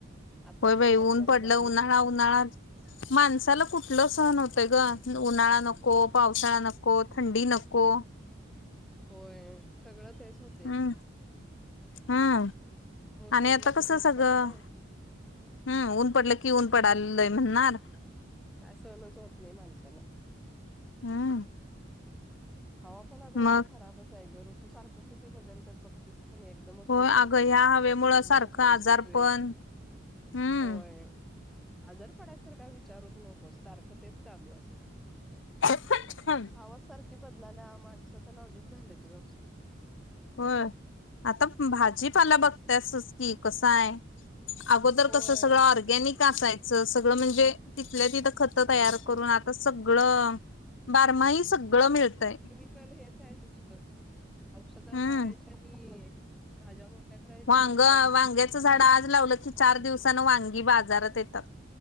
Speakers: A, in the centre; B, on the left.
A: आता
B: होय
A: पण
B: बाई
A: हायच
B: ऊन
A: जरा
B: पडलं
A: बारीक
B: उन्हाळा-उन्हाळा माणसाला कुठलं सहण होतय गं उन्हाळा नको पावसाळा नको थंडी नको.
A: होय सगळं तेच होत
B: हम्म हम्म
A: पाऊस
B: आणि
A: पडला
B: आता
A: की
B: कसं
A: पाऊस
B: सगळं
A: पडालाय
B: हम्म ऊन पडलं की ऊन पडल्लाय म्हणणार.
A: काय सहणच होत नाही माणसाना.
B: हम्म.
A: हवा पण आता
B: मग
A: जरा खराबच आहे गं ऋतू सारखं किती बदलत्यात बघतीस आणि एकदमच
B: होय
A: ऊन पडते,
B: अगं ह्या हवेमुळं
A: एकदमच
B: सारखं
A: पाऊस
B: आजारपण
A: येतो
B: हम्म
A: होय. आजर पडस तर काय विचारूच नको सारखं तेच चालू असते.
B: हम.
A: आवाज सारखे बदलाल्या माणसं तर नाजूक झालेत गं.
B: होय आता भाजीपाला बघ त्यासच की कसा आहे अगोदर
A: होय
B: कसं सगळं ऑरगॅनिक ते असायचं सगळं म्हणजे तिथलं तिथं खत
A: होय
B: तयार
A: होय
B: करून आ तर सगळं बारमाही सगळं मिळतंय.
A: कल हेच आहे नुसतं औषध
B: हम्म
A: मारायचे आणि भाज्या मोठ्या करायच्या
B: वांग
A: फळं मोठी
B: वांग्याचं
A: करायची.
B: झाड आज लावलं की चार दिवसानं वांगी बाजारात येतात.